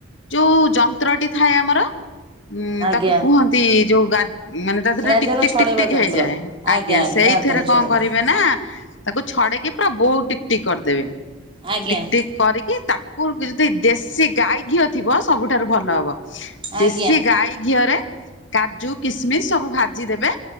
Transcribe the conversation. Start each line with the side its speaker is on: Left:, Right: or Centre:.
Left: ଯୋଉ ଯନ୍ତ୍ରଟି ଥାଏ ଆମର, ଉଁ
Right: ଆଜ୍ଞା
Left: ତାକୁ କୁହନ୍ତି ଯୋଉ ଗା ମାନେ ତା ଦେରେ
Right: ଗାଜର
Left: ଟିକ୍ -ଟିକ୍
Right: ଛଡ଼େଇବା
Left: -ଟିକ୍ -ଟିକ୍
Right: ଯନ୍ତ୍ର
Left: ହେଇଯାଏ। ଆଜ୍ଞା, ସେଇଥିରେ
Right: ଗାଜର
Left: କଣ
Right: ଛଡ଼େଇବା
Left: କରିବେ ନା ତାକୁ ଛଡ଼େଇକି ପୁରା ବହୁ ଟିକ୍- ଟିକ୍ କରି ଦେବେ।
Right: ଆଜ୍ଞା
Left: ଟିକ୍ ଟିକ୍ କରିକି ତାକୁ ଯଦି ଦେଶୀ ଗାଈ ଘିଅ ଥିବ ସବୁଠାରୁ ଭଲ ହବ।
Right: ଆଜ୍ଞା
Left: ଦେଶୀ ଗାଈ ଘିଅରେ କାଜୁ, କିସମିସ୍ ସବୁ ଭାଜି ଦେବେ।